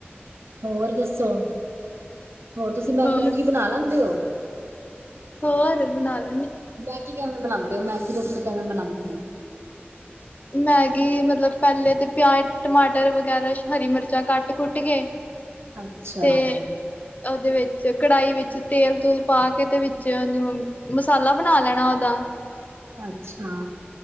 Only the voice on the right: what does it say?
ਹੋਰ ਦੱਸੋ ਹੋਰ ਤੁਸੀਂ ਮੈਗੀ
ਮੂਗੀ ਬਨਾ ਲੈਂਦੇ ਓ।
ਮੈਗੀ ਕਿਵੇਂ ਬਨਾਂਦੇ ਓ ਮੈਗੀ ਦੱਸੋ ਕਿਵੇਂ ਬਨਾਂਦੇ ਓ।
ਅੱਛਾ,
ਅੱਛਾ